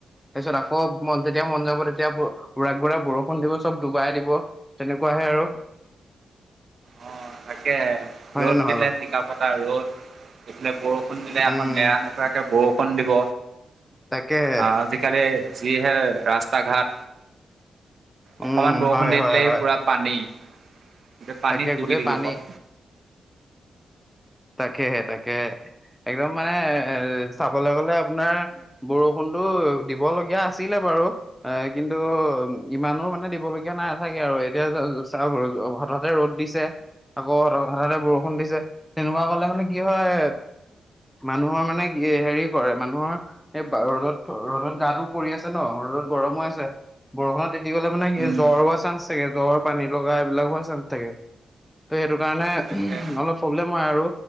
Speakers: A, in the centre; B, on the right.
A: তাৰপিছত আকৌ মন যেতিয়া মন যাব তেতিয়া বৰ উৰাই ঘূৰাই বৰষুণ দিব চব ডুবাই দিব, তেনেকুৱাহে আৰু
B: অ তাকে
A: হয়নে
B: ৰ'দ
A: নহয়
B: দিলে
A: বাৰু
B: টিকা ফটা ৰ'দ এইফালে বৰষুণ দিলে আকৌ
A: উম
B: নেৰা নোপেৰাকে বৰষুণ ফল দিব,
A: তাকেহে
B: আ, আজিকালি যিহে ৰাস্তা ঘাট
A: উম,
B: অকমান বৰষুণ
A: হয়,
B: দি
A: হয়,
B: দিলেই
A: হয়,
B: পুৰা পানী এতিয়া পানীত
A: তাকে
B: ডুবি
A: গোটেই
B: থাকিম
A: পানী,
B: অ'।
A: তাকেহে তাকে একদম মানে এ চাবলৈ গ'লে আপোনাৰ বৰষুণটো দিবলগীয়া আছিলে বাৰু কিন্তু ইমানো মানে দিবলগীয়া নাথাকে আৰু এতিয়া চা হঠাতে ৰ'দ দিছে, আকৌ হঠাতে বৰষুণ দিছে তেনেকুৱা হ'লে মানে কি হয় মানুহৰ মানে কি হেৰি কৰে মানুহৰ এই ৰ'দত, ৰ'দত গাটো কৰি আছে ন ৰ'দত গৰমো আছে বৰষুণত তিতি গ'লে মানে কি
B: উম
A: জ্বৰ হোৱা চান্স থাকে, জ্বৰ পানীলগা এইবিলাক হোৱা চান্স থাকে। ত' সেইটো কাৰণে
B: তাকে
A: অলপ প্ৰব্লেম হয় আৰু